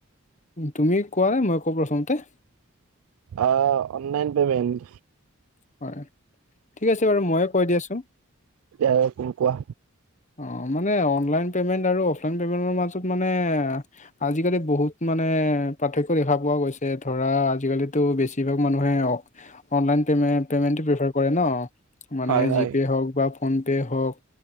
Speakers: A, on the left; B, on the right.
A: তুমি কোৱা মই কও প্ৰথমতে।
B: আ অনলাইন পেমেণ্ট,
A: হয় ঠিক আছে বাৰু ময়ে কৈ দিয়ে আছোঁ,
B: দিয়া কোন কোৱা,
A: অ মানে অনলাইন পেমেন্ট আৰু অফলাইন পেমেন্টৰ মাজত মানে, আজিকালি বহুত মানে পাৰ্থক্য দেখা পোৱা গৈছে ধৰা আজিকালিতো বেছিভাগ মানুহে অ, অনলাইন পেমে পেমেণ্ট প্ৰিফাৰ কৰে ন, মানে
B: হয় হয়
A: জিপে হওক বা ফোন পে হওক